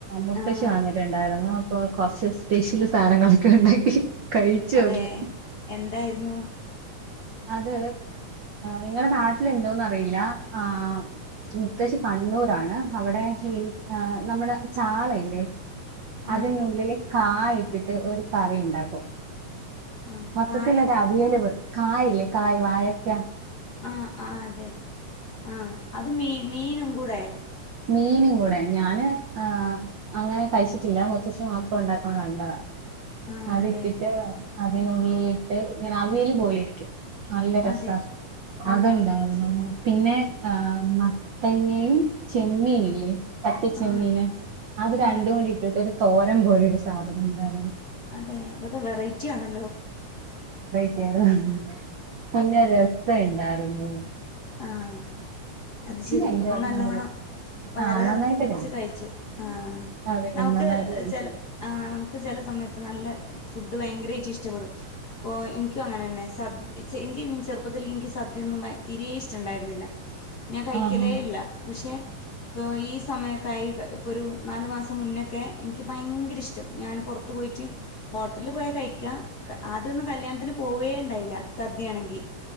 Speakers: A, on the right; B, on the left.
A: മുത്തശ്ശി
B: ആഹ്
A: വാന്നിട്ടുണ്ടായിരുന്നു ഇപ്പ കുറച്ച് സ്പെഷ്യല് സാധനങ്ങളൊക്കെ ഉണ്ടാക്കി കഴിച്ചോങ്‌
B: അതെ എന്തായിരുന്നു
A: അത് നിങ്ങടെ നാട്ടിലുണ്ടോന്ന് അറിയില്ല ആഹ് ത്തശ്ശി കണ്ണൂരാണ് അവിടെ ഈ നമ്മുടെ ചാളയില്ലേ അതിനുള്ളില്
B: ആഹ്
A: കായ ഇട്ടിട്ട് ഒരു കറിണ്ടാക്കും
B: ആഹ്
A: മൊത്തത്തിലൊരു
B: കായോ
A: അവിയലവ് കായല്ലേ കായ് വായക്കാ
B: ആഹ് ആഹ് അതെ ആഹ് അത് മീ മീനും കൂടെ
A: മീനും കൂടെ ഞാന് എഹ് അങ്ങനെ കഴിച്ചിട്ടില്ല മുത്തശ്ശി മാത്രം ഉണ്ടാക്കണ കണ്ടത
B: ആഹ്
A: അത്ട്ടിട്ട്
B: അതെ
A: അതിനുള്ളിൽട്ട് ഇങ്ങനെ അവിയല് പോലെ ഇരിക്കും നല്ല രസ
B: അതെ ആഹ്
A: അത്ണ്ടാവുന്നു
B: അത് ശരി
A: പിന്നെ ആഹ് മത്തങ്ങയും ചെമ്മീനല്ലേ പച്ചച്ചെമ്മീന്
B: ആഹ്
A: അത് രണ്ടും
B: ആഹ്
A: കൂടി ഇട്ടിട്ട് ഒരു തോരം പോലെ ഒരു സാധനം ഉണ്ടായിരുന്നു
B: അതെ ഇതൊക്കെ വെറൈറ്റി ആണല്ലോ
A: വേറെ ഒന്നുമില്ല നല്ല രസായിട്ടുണ്ടാരുന്നു
B: ആഹ അത് ശരി
A: എന്തായിരുന്നു
B: അപ്പൊ നല്ലവണം
A: അതില്
B: വയറ്
A: ആഹ്
B: നെറച്ച്
A: നന്നായിട്ട്
B: കഴിച്ചു ആ
A: അതെ
B: നമക്ക്
A: നന്നായിട്ട് കഴിച്ചു
B: ചെല ആ നമുക്ക് ചെല സമയത്ത് നല്ല ഫുഡ് ഭയങ്കരമായിട്ട് ഇഷ്ടപ്പെടും. അപ്പോ എനിക്കും. അങ്ങനെ തന്നെ സ എനിക്ക് ചെറുപ്പത്തിൽ എനിക്ക് സദ്യ <inaudible> തീരെേ ഇഷ്ട ഇണ്ടായിരുന്നില്ല. ഞാൻ കഴിക്കലേ
A: ആഹാ
B: ഇല്ല. പക്ഷെ ഇപ്പോ ഈ സമയക്കായി ഇപ്പോ ഒരു ന മാസംമുന്നേ ഒക്കെ എനിക്ക് ഭയര ഇഷ്ടം. ഞന് പുറത്ത് പോയിട്ട് ഹോട്ടലിൽ പോയാൽ കഴിക്കാം. ആദ്യമൊന്നും. കല്യാണത്തിന് പോവുകേ ഉണ്ടായില്ല. സദ്യയാണെകിൽ. വി